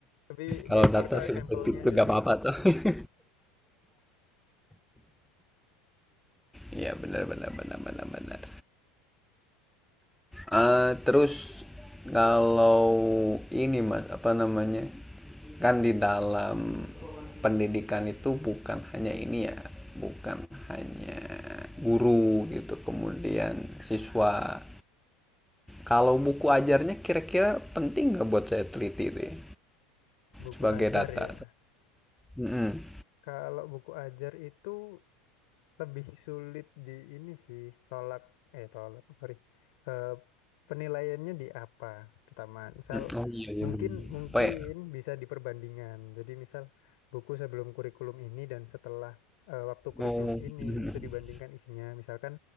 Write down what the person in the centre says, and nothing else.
Kalau
data
subjektif
itu
gak
apa-apa tuh. <laughs> Iya benar benar benar benar benar. Eh, terus kalau ini mas apa namanya kan di dalam pendidikan itu bukan hanya ini ya bukan hanya guru gitu kemudian siswa kalau buku ajarnya kira-kira penting nggak buat saya teliti itu ya
sebagai
data
Mm-mm.
Mm, oh iya iya
bener.
apa ya
oh
<laughs>